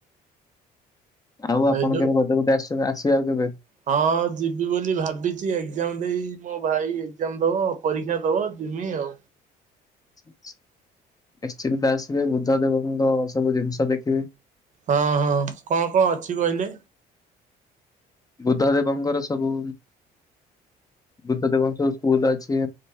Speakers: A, on the left; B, on the right.
A: ଆଉ ଆପଣ
B: ଏଇ ଯୋଉ
A: କେବେ ଗଜପତି ଆସ ଆସେ ଆଉ କେବେ?
B: ହଁ ଯିବି ବୋଲି ଭାବିଛି ଏକ୍ଜାମ ଦେଇ ମୋ ଭାଇ ଏକ୍ଜାମ ଦବ ପରୀକ୍ଷା ଦବ ଯିମି ଆଉ।
A: ନିଶ୍ଚିନ୍ତ ଆସିବେ ବୁଦ୍ଧ ଦେବଙ୍କ ସବୁ ଜିନିଷ ଦେଖିବେ।
B: ହଁ ହଁ କଣ କଣ ଅଛି କହିଲେ?
A: ବୁଦ୍ଧ ଦେବଙ୍କର ସବୁ ବୁଦ୍ଧ ଦେବଙ୍କ ସ୍କୁଲ ଅଛି।